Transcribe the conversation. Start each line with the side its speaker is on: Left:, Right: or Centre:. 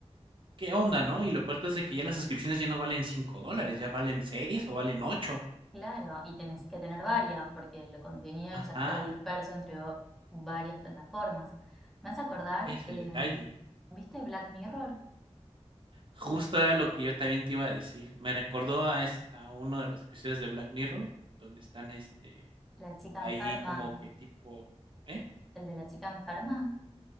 Right: ¿Qué onda, no? Y lo peor es de que ya las suscripciones ya no valen 5 dólares, ya valen 6 o valen ocho
Centre: Claro, y tenés que tener varias, porque el contenido
Right: Ajá,
Centre: ya está disperso entre o- varias plataformas. Me hace acordar,
Right: es
Centre: em,
Right: el detalle.
Centre: ¿viste Black Mirror?
Right: Justo era lo que yo también te iba a decir. Me recordó a, es, a uno de los episodios de Black Mirror, donde están este
Centre: La chica
Right: ahí
Centre: enferma,
Right: como que tipo, ¿eh?
Centre: el de la chica enferma,